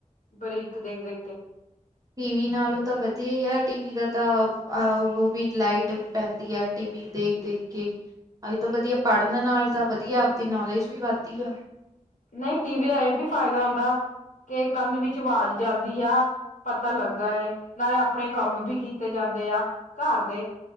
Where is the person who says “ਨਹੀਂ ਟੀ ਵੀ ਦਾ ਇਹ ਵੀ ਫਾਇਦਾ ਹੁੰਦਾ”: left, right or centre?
Left